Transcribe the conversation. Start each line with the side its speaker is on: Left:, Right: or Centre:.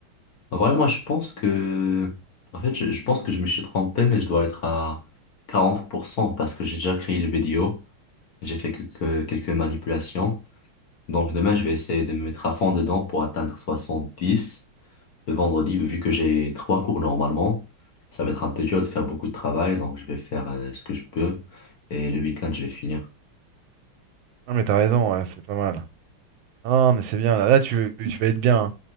Left: En vrai, moi, je pense que, en fait, je, je pense que je me suis trompé, mais je dois être à 40% parce que j'ai déjà créé les vidéos. J'ai fait que, que quelques manipulations. Donc, demain, je vais essayer de me mettre à fond dedans pour atteindre soixante dix Le vendredi, vu que j'ai trois cours normalement, ça va être un peu dur de faire beaucoup de travail, donc je vais faire euh, ce que je peux. Et le week-end, je vais finir.
Right: Non, mais t'as raison, ouais, c'est pas mal. Non, mais c'est bien là. Là, tu, tu vas être bien. hein.